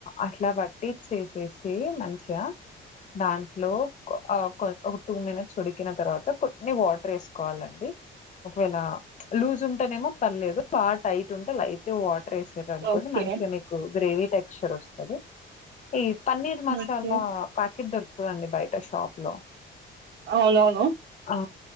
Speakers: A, on the left; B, on the right.
A: అట్లా బట్టిచ్చేసేసి మంచిగా దాంట్లో కొ అ ఒక టూ మినిట్స్ ఉడికిన తర్వాత కొన్ని వాటర్ వేసుకోవాలండి ఒకవేళ లూజ్ ఉంటేనేమో పర్లేదు బాగా టైట్ ఉంటే లైట్ వాటర్ వేసారు అనుకోండి
B: ఓకే
A: మంచిగా మీకు గ్రేవీ టెక్చర్ వస్తాది ఈ పన్నీర్ మసాల
B: ఓకే
A: ప కిట్ దొరుకుతదండి బయట షాప్ లో
B: అవునవును
A: ఆ